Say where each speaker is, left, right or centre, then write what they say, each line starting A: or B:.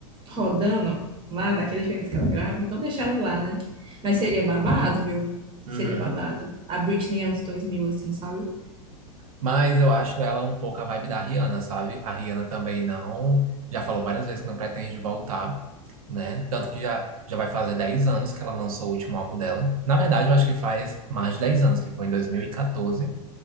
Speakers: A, on the right; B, on the right.
A: rodando lá daquele jeito que ela grava, então deixa ela lá, né? Mas seria babado, viu? Seria
B: Uhum.
A: babado. A Britney anos 2000 assim, sabe?
B: Mas eu acho ela um pouco a vibe da Rihanna, sabe? A Rihanna também não. Já falou várias vezes que não pretende voltar, né? Tanto que já, já vai fazer 10 anos que ela lançou o último álbum dela. Na verdade, eu acho que faz mais de 10 anos, que foi em 2014.